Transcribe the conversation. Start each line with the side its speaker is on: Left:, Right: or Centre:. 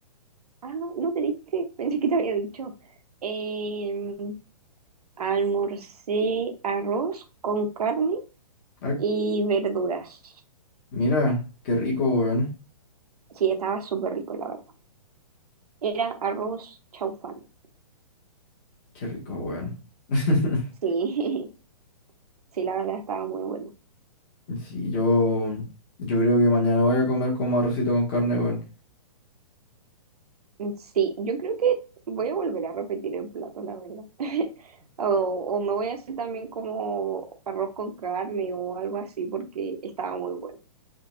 Right: Ah, no te dije, pensé que te había dicho. Em, almorcé arroz con carne
Left: Cri-
Right: y verduras.
Left: Mira, qué rico, weón.
Right: Sí, estaba súper rico, la verdad. Era arroz chaufán.
Left: Qué rico, weón. <laughs>
Right: Sí, <laughs> sí, la verdad estaba muy bueno.
Left: Sí, yo, yo creo que mañana voy a comer como arrocito con carne, weón.
Right: Sí, yo creo que voy a volver a repetir el plato, la verdad. <laughs> O, o me voy a hacer también como arroz con carne o algo así porque estaba muy bueno.